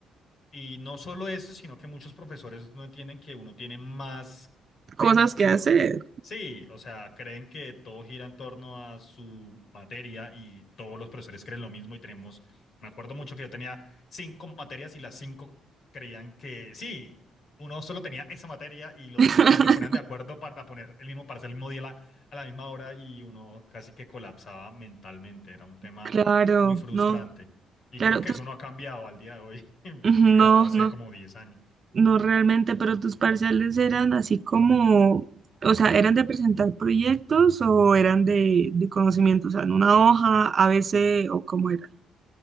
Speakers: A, on the left (about 55°); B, on the right (about 45°).
A: y no solo eso, sino que muchos profesores no entienden que uno tiene más
B: cosas
A: temas por...
B: que hacer.
A: Sí, o sea, creen que todo gira en torno a su materia y todos los profesores creen lo mismo y tenemos, me acuerdo mucho que yo tenía cinco materias y las cinco creían que sí, uno solo tenía esa materia y los
B: <laughs>
A: cinco se ponían de acuerdo para poner el mismo, para hacer el mismo día a la, a la misma hora y uno casi que colapsaba mentalmente, era un tema
B: Claro,
A: muy frustrante.
B: no,
A: Y
B: claro,
A: creo que
B: tú,
A: eso no ha cambiado al día de hoy. <laughs>
B: no,
A: Pues yo me gradué hace
B: no.
A: como diez años.
B: No realmente, pero tus parciales eran así como, o sea, ¿eran de presentar proyectos o eran de, de conocimiento? O sea, en una hoja, a ABC o cómo era.